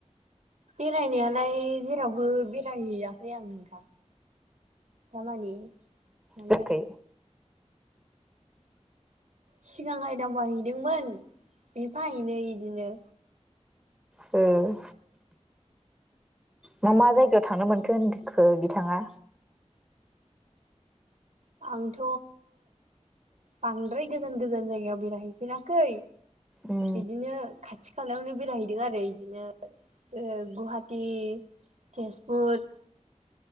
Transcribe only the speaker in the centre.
जाखै
औ मा मा जायगायाव थांनो मोनखो होनखो बिथाङा
उम